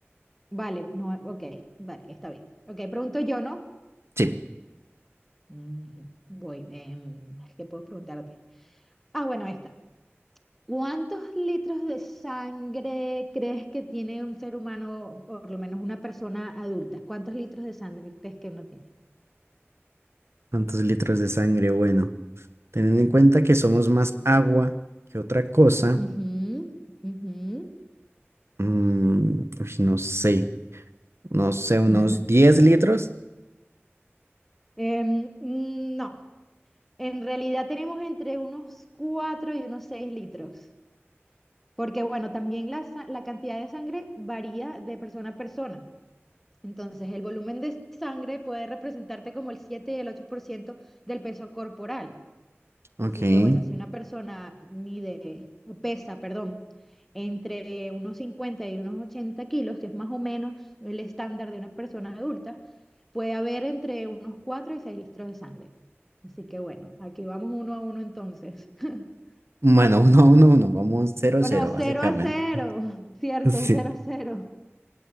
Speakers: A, in the centre; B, on the right.
A: Vale, no, ok, vale, está bien. Ok, pregunto yo, ¿no?
B: Sí.
A: Ujú, Voy, em, ¿qué puedo preguntarte? Ah, bueno, esta. ¿Cuántos litros de sangre crees que tiene un ser humano, por lo menos una persona adulta? ¿Cuántos litros de sangre crees que uno tiene?
B: ¿Cuántos litros de sangre? Bueno, teniendo en cuenta que somos más agua que otra cosa,
A: Ujú, ujú.
B: mm, uy, no sé, no sé, unos
A: <laughs>
B: 10 litros.
A: Em, mm, no, en realidad tenemos entre unos 4 y unos 6 litros. Porque bueno, también la, sa- la cantidad de sangre varía de persona a persona. Entonces, el volumen de sangre puede representarte como el 7 y el 8% del peso corporal.
B: Ok.
A: Así que bueno, si una persona mide, pesa, perdón, entre unos 50 y unos 80 kilos, que es más o menos el estándar de una persona adulta, puede haber entre unos 4 y 6 litros de sangre. Así que bueno, aquí vamos uno a uno entonces. <laughs>
B: Bueno, <laughs> uno, uno, uno, vamos cero cero
A: O no,
B: básicamente.
A: cero a cero <laughs> cierto,
B: <laughs> Sí.
A: cero a cero